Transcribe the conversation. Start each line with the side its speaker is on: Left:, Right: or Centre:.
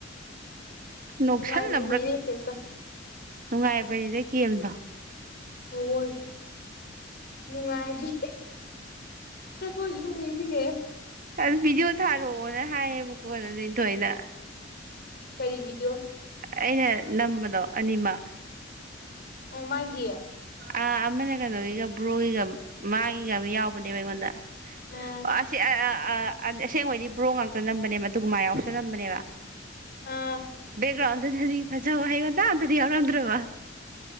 Right: ꯅꯣꯛꯁꯜꯂꯝꯕ꯭ꯔ
Left: ꯅꯨꯡꯉꯥꯏꯕꯅꯤꯅꯦ ꯑꯦꯟ ꯑꯦꯁ ꯑꯦꯁꯇꯣ
Right: ꯅꯨꯡꯉꯥꯏꯕꯅꯤꯗ ꯀꯦꯝꯗꯣ
Left: ꯑꯋꫭꯏꯕ ꯅꯨꯡꯉꯥꯏꯒꯤ <inaudible> ꯊꯛꯄꯩꯗꯨꯖꯨꯃꯨꯛꯅꯤꯡꯁꯤꯡꯉꯛꯑꯦ
Right: ꯑꯗꯨ ꯚꯤꯗꯤꯑꯣ ꯊꯥꯔꯛꯑꯣꯅ ꯍꯥꯏꯌꯦꯕꯀꯣ ꯂꯤꯟꯊꫭꯏꯅ
Left: ꯀꯔꯤ ꯚꯤꯗꯤꯌꫭ
Right: ꯑꯩꯅ ꯅꯝꯕꯗꯣ ꯑꯅꯤꯃꯛ
Left: ꯑꯣ ꯃꯥꯒꯤ
Right: ꯑꯥ ꯑꯃꯅ ꯀꯩꯅꯣꯒꯤꯒ ꯕ꯭ꯔꯣꯒꯤꯒ ꯃꯥꯒꯤꯒ ꯑꯃ ꯌꯥꯎꯕꯅꯦꯕ ꯑꯩꯉꯣꯟꯗ
Left: ꯑꯥ
Right: ꯑꯣ ꯑꯁꯤꯁꯤ ꯑ ꯑ ꯑꯁꯦꯡꯕꯩꯗꯤ ꯕꯣꯔꯣꯛ ꯉꯥꯛꯇ ꯅꯝꯕꯅꯦꯕ ꯑꯗꯨꯒꯨꯝ ꯃꯥ ꯌꯥꯎꯁ ꯅꯝꯕꯅꯦꯕ
Left: ꯑꯥ
Right: ꯦꯒ꯭ꯔꯥꯎꯗꯗꯗꯤ ꯑꯖ ꯍꯥꯏꯩꯒꯗ ꯑꯗꯗꯤ ꯌꯥꯎꯔꯝꯗ꯭ꯔꯣꯕ